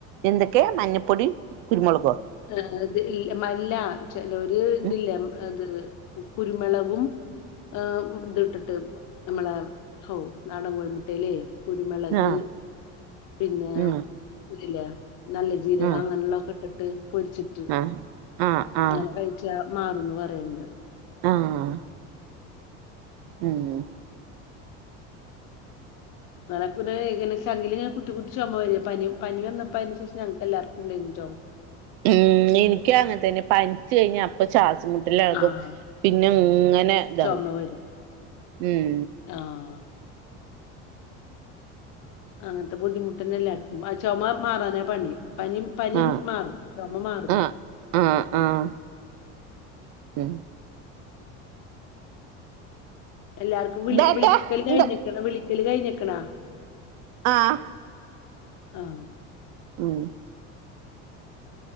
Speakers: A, on the right; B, on the left.
A: എന്തൊക്കെയാ മഞ്ഞൾപ്പൊടി കുരുമുളകോ
B: അത് അല്ല മല്ല ചലര് ഇതില്ലേ
A: ഉം
B: അത് കുരുമളകവും ഹ് ഇത്ട്ടിട്ട് നമ്മള ഹൗ നാടൻ കോഴിമുട്ടല്ലേ കുരുമുളക്
A: ആഹ്
B: പിന്നെ
A: ഉം
B: ഇല്ലേ നല്ല ജീരകം
A: ആഹ്
B: അങ്ങനെയുള്ള ഒക്കെ <unintelligible> പൊരിച്ചിട്ടു
A: ആഹ് ആഹ്
B: അങ്ങനെ കഴിച്ച മാറന്ന് പറയണ്ട്
A: ആഹ് ഉം
B: <unintelligible> ചങ്കിൽ ഇങ്ങനെ കുത്തി കുത്തി ചുമ വരിക പനി പനി വന്നപ്പോ അതിന് ശേഷം ഞങ്ങക്ക് എല്ലാവർക്കും ഉണ്ടായിരുന്നു ചോമ
A: ഉം എനിക്ക് അങ്ങനെ തന്നെ പനിച്ച കഴിഞ്ഞ അപ്പ ശ്വാസ
B: ആഹ്
A: കും പിന്നെ ഇങ്ങനെ ഇതാവും
B: ചുമ വരും
A: ഉം
B: ആഹ് അങ്ങനത്തെ ബുദ്ധിമുട്ടന്നെ എല്ലാർക്കും ആ ചുമ മാറാനേ പണി പനി പനി
A: ആഹ്
B: മാറും ചൊമ്മ മാറില്ല
A: ആഹ് ആഹ് ആഹ് ഉം
B: എല്ലാർക്കും വിളി
A: ഇതാട്ടെ
B: വിളിക്കല് കഴിഞ്ഞക്ക
A: എന്താ
B: വിളിക്കല് കഴിഞ്ഞക്കണാ
A: ആഹ്
B: ആഹ്
A: ഉം